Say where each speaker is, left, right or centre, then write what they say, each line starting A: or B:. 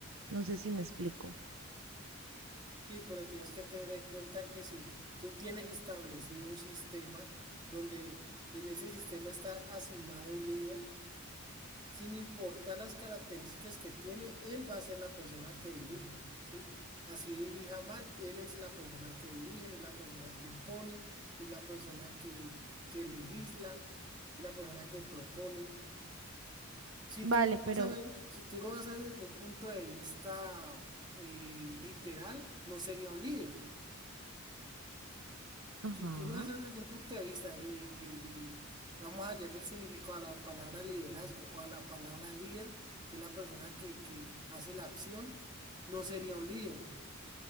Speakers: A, on the right; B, on the right.
A: No sé si me explico.
B: Sí, pero tienes que tener en cuenta que si tú tienes establecido un sistema donde en ese sistema está asignado un líder, sin importar las características que tiene, él va a ser la persona que dirija, ¿sí? Así dirija mal, él es la persona que dirige, es la persona que impone, es la persona que, que legisla, la persona que propone. Si tú
A: Vale,
B: lo
A: pero,
B: vas a ver, si tú lo vas a ver desde un punto de vista eh, literal, no sería un líder
A: ajá,
B: Si tú lo haces desde un punto de vista de, de, de- de- vamos a hallarle el significado a la palabra liderazgo o a la palabra líder, que es la persona que, que hace la acción, no sería un líder,